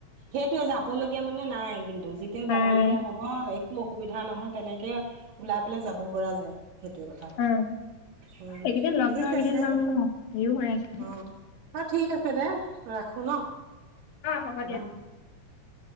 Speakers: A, on the right; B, on the left.
A: সেইটোৱে যাবলগীয়া মানে নাই কিন্তু যেতিয়া
B: নাই
A: যাবলগীয়া হ'ব একো অসুবিধা নহয় তেনেকে ওলাই পেলাই যাব পৰা যায় সেইটো কথা
B: অ
A: অ
B: এইকেইদিন লগ
A: ঠিক
B: ধৰা কেইদিন
A: আছে
B: বাৰু মোৰ হেৰিও হৈ আছিলে
A: অ অ ঠিক আছে দে ৰাখো ন
B: অঁ হ'ব দিয়া
A: উম।